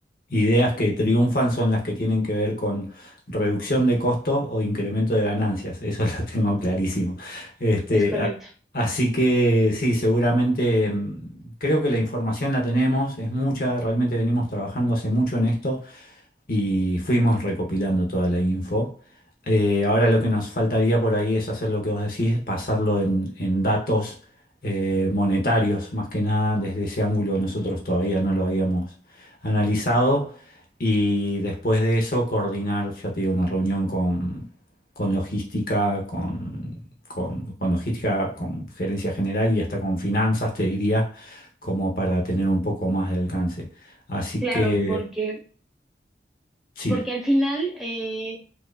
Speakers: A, on the left (about 55°); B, in the centre.
A: ideas que triunfan son las que tienen que ver con reducción de costos o incremento de ganancias. Eso <laughs> lo tengo clarísimo. Este,
B: Es correcto.
A: a- así que sí, seguramente mm, creo que la información la tenemos, es mucha, realmente venimos trabajando hace mucho en esto y fuimos recopilando toda la info. Eh, ahora lo que nos faltaría por ahí es hacer lo que vos decís, pasarlo en, en datos eh, monetarios, más que nada desde ese ángulo nosotros todavía no lo habíamos analizado y después de eso coordinar, ya te digo, una reunión con, con logística, con, con- con logística, con gerencia general y hasta con finanzas, te diría, como para tener un poco más de alcance. Así
B: Claro,
A: que
B: porque
A: sí.
B: porque al final, eh,